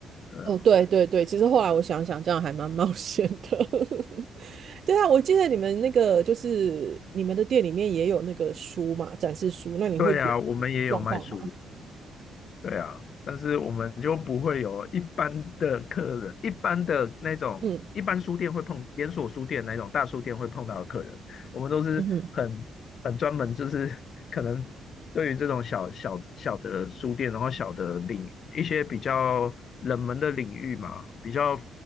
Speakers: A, on the left (about 55°); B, on the right (about 55°).
A: 对啊，
B: 哦，对对对，其实后来我想想，这样还蛮冒险的。<laughs> 对啊，我记得你们那个就是你们的店里面也有那个书嘛，展示书，那你会有有状况吗？
A: 对啊，我们也有卖书。对啊，但是我们就不会有一般的客人，一般的那种一般书店会碰连锁书店那种大书店会碰到的客人，
B: 嗯
A: 我们都是很很专门，
B: 嗯哼
A: 就是可能对于这种小小小的书店，然后小的领一些比较冷门的领域嘛，比较